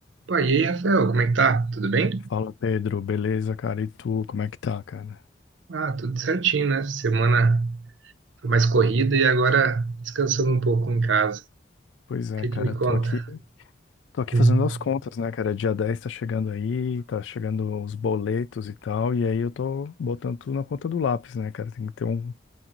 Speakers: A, on the right; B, on the left.
A: Pô, e aí, Rafael, como é que tá? Tudo bem?
B: Fala Pedro, beleza, cara? E tu, como é que tá, cara?
A: Ah, tudo certinho, né? Semana foi mais corrida e agora descansando um pouco em casa.
B: Pois é,
A: O que
B: cara,
A: que me conta?
B: tô aqui, tô aqui
A: Hum.
B: fazendo as contas, né, cara? Dia 10 tá chegando aí, tá chegando os boletos e tal, e aí eu tô botando tudo na ponta do lápis, né, cara? Tem que ter um